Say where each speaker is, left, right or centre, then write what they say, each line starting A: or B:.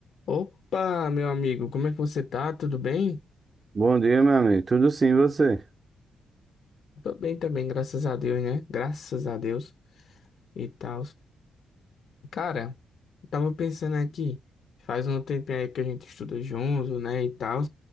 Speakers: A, on the left; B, on the right.
A: Opa, meu amigo, como é que você tá? Tudo bem?
B: Bom dia, meu amigo. Tudo sim, e você?
A: Tô bem também, graças a Deus, né? Graças a Deus e tal. Cara, eu tava pensando aqui, faz um tempinho aí que a gente estuda junto, né, e tal.